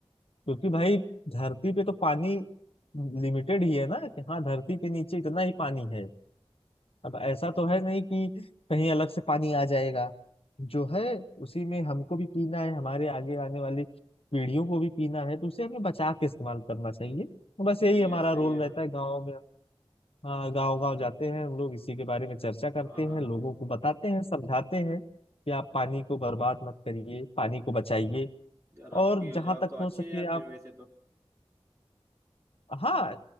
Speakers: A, on the left; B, on the right.
A: क्योंकि भाई धरती पे तो पानी लिमिटेड ही है ना कि हाँ धरती के नीचे इतना ही पानी है अब ऐसा तो है नहीं कि कहीं अलग से पानी आ जाएगा जो है उसी में हमको भी पीना है हमारे आगे आने वाली पीढ़ियों को भी पीना है तो उसे हमें बचा के इस्तेमाल करना चाहिए तो बस यही
B: सही
A: हमारा
B: है सही
A: रोल
B: है
A: रहता
B: भाई
A: है गाँव में हाँ गाँव गाँव जाते हैं हम लोग इसी के बारे में चर्चा करते
B: हाँ हाँ
A: हैं
B: हाँ।
A: लोगों को बताते हैं समझाते हैं कि आप पानी को बर्बाद मत करिए पानी को बचाइए
B: यार आपकी
A: और
B: ये
A: जहां
B: जॉब
A: तक
B: तो अच्छी
A: हो सके
B: है यार फिर
A: आप
B: वैसे तो
A: हाँ